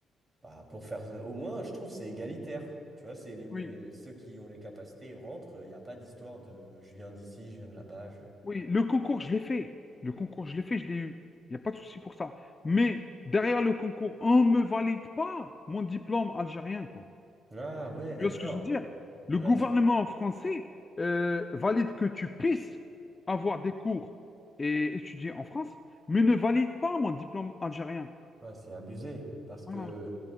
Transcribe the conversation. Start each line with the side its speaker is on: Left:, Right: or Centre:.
Right: bah pour faire au moins, je trouve que c'est égalitaire. Tu vois, c'est les me-
Left: Oui,
Right: ceux qui ont les capacités, ils rentrent. Il n'y a pas d'histoire de je viens d'ici, je viens de là-bas. je-
Left: oui, le concours, je l'ai fait. Le concours, je l'ai fait, je l'ai eu. Il n'y a pas de souci pour ça. Mais derrière le concours, on ne me valide pas mon diplôme algérien, quoi.
Right: Ah ouais, d'accord.
Left: Tu vois ce que je veux dire?
Right: Ouais,
Left: Le gouvernement
Right: c'est
Left: français euh, valide que tu puisses avoir des cours et étudier en France, mais ne valide pas mon diplôme algérien.
Right: ouais, c'est abusé parce que
Left: Voilà.